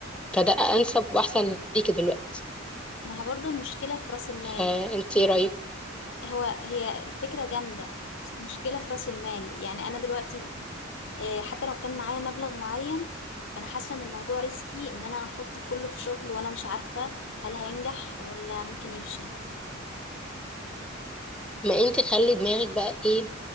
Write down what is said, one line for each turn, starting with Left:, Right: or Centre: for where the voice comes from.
Centre: فده انسب واحسن ليكي دلوقتي
Left: ما هي برضو المشكلة في رأس المال
Centre: فانت ايه رايك
Left: هو هي الفكرة جامدة بس المشكلة في رأس المال يعني انا دلوقتي آه، حتى لو كان معايا مبلغ معين فانا حاسة ان الموضوع ريسكي ان انا احط كله في شغل وانا مش عارفة هل هينجح ولا ممكن يفشل
Centre: ما انت خلي دماغك بقى ايه